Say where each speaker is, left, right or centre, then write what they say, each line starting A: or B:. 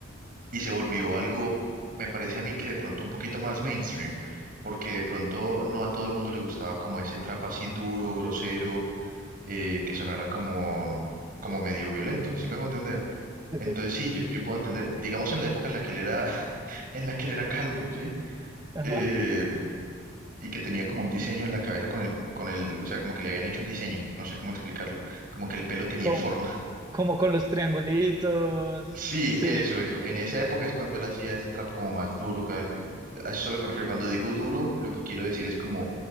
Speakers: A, on the right; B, on the right.
A: y se volvió algo, me parece a mí que de pronto un poquito más mainstream. porque de pronto no a todo el mundo le gustaba como ese trap así duro, grosero, eh, que sonara como, como medio violento, ¿sí me hago entender?
B: Sí,
A: Entonces
B: sí,
A: sí, yo, yo puedo entender, digamos en la época en la que él era, <laughs> en la que él era calvo, ¿sí?
B: ajá.
A: Eh, y que tenía como un diseño en la cabeza con el, con el, o sea, como que le habían hecho un diseño, no sé cómo explicarlo, como que el pelo tenía
B: Como,
A: forma. <laughs>
B: como con los triangulitos.
A: Sí,
B: Sí,
A: eso, eso. En esa época es cuando él hacía ese trap como más duro. ca- que- A eso es a lo que me refiero. Cuando digo duro, lo que quiero decir es como,